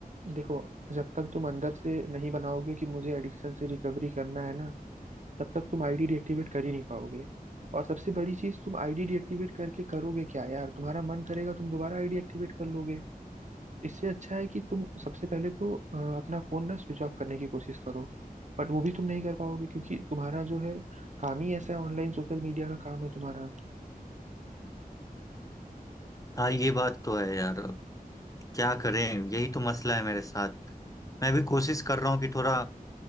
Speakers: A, on the right; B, on the left.
A: देखो जब तक तुम अंदर से नहीं बनाओगे कि मुझे एडिक्शन से रिकवरी करना है ना तब तक तुम आईडी डिएक्टिवेट कर ही नहीं पाओगे और सबसे बड़ी चीज तुम आईडी डिएक्टिवेट करके करोगे क्या यार तुम्हारा मन करेगा तुम दोबारा आईडी एक्टिवेट कर लोगे इससे अच्छा है कि तुम सबसे पहले तो अ, अपना फोन ना स्विच ऑफ करने की कोशिश करो बट वो भी तुम नहीं कर पाओगे क्योंकि तुम्हारा जो है काम ही ऐसा है ऑनलाइन सोशल मीडिया का काम है तुम्हारा
B: हाँ ये बात तो है यार अब क्या करें यही तो मसला है मेरे साथ मैं भी कोशिश कर रहा हूँ कि थोड़ा